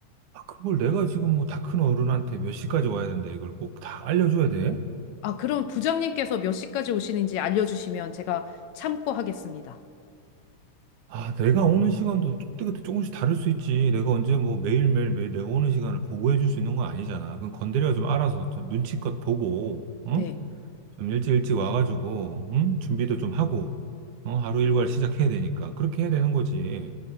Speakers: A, on the right; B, on the left.
A: 아, 그걸 내가 지금 뭐 다 큰 어른한테 몇 시까지 와야 된다 이걸 꼭 다 알려줘야 돼?
B: 아, 그럼 부장님께서 몇 시까지 오시는지 알려주시면 제가 참고하겠습니다.
A: 아, 내가 오는 시간도 그때그때 조금씩 다를 수 있지. 내가 언제 뭐 매일매일 매일 내가 오는 시간을 보고해 줄 수 있는 건 아니잖아. 그건 건드려 좀 알아서 좀 눈치껏 보고, 어?
B: 네.
A: 좀 일찍 일찍 와가지고, 음? 준비도 좀 하고, 어? 하루 일과를 시작해야 되니까. 그렇게 해야 되는 거지.